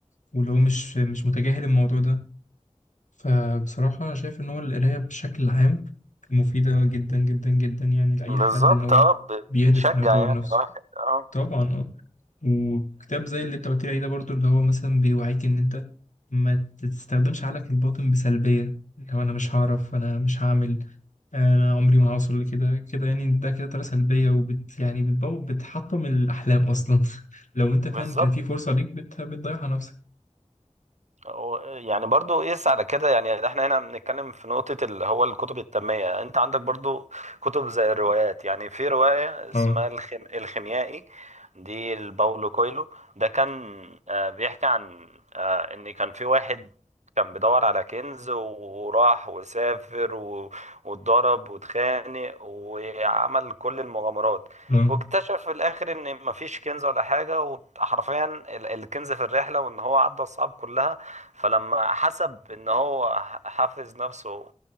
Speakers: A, on the left; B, on the right.
A: واللي هو مش مش متجاهل الموضوع ده فبصراحة أنا شايف إن هو القراية بشكل عام مفيدة جدا جدا جدا يعني لأي
B: بالظبط
A: حد إن هو
B: اه ب-
A: بيهدف
B: بتشجع
A: إنه يطور
B: يعني
A: نفسه
B: الواحد اه
A: طبعا أه وكتاب زي اللي أنت قلت لي عليه ده برضه اللي هو مثلا بيوعيك إن أنت ما تستخدمش عقلك الباطن بسلبية اللي هو أنا مش هعرف أنا مش هعمل أنا عمري ما هوصل لكده كده يعني ده كده طريقة سلبية وبت يعني بتبوظ بتحطم الأحلام أصلا <laughs> لو أنت
B: بالظبط
A: فعلا كان في فرصة ليك بت... بتضيعها نفسك
B: هو- يعني برضو يقيس على كده يعني احنا هنا بنتكلم في نقطة اللي هو الكتب التنمية انت عندك برضو كتب زي الروايات يعني في رواية اسمها
A: اه
B: الخم... الخيميائي دي لباولو كويلو ده كان آه، بيحكي عن آه، ان كان في واحد كان بيدور على كنز وراح وسافر و... واتضرب واتخانق وعمل كل المغامرات
A: اه
B: واكتشف في الاخر ان مفيش كنز ولا حاجه وحرفيا ال- الكنز في الرحله وان هو عدى الصعاب كلها فلما حسب ان هو ح- حافظ نفسه